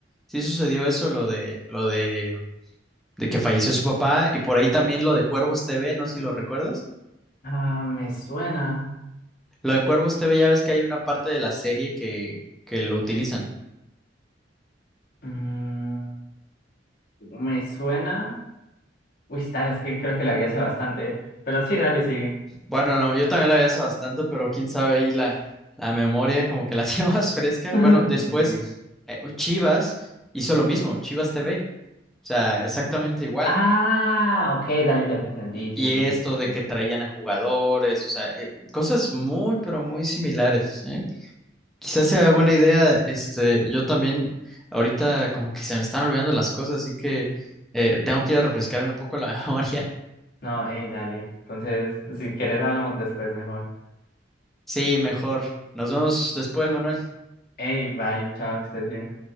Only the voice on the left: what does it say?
Ah, me suena.
Mm, me suena. Uy, dale, es que creo que la vi hace bastante. ¿eh? Pero sí, dale, sigue.
<laughs>
Sí, sí, sí.
Ah, ok, dale, ya te entendí.
Sí, sí,
sí.
sí.
No, hey, dale. Entonces, si quieres, hablamos después mejor.
Hey, bye, chao, que estés bien.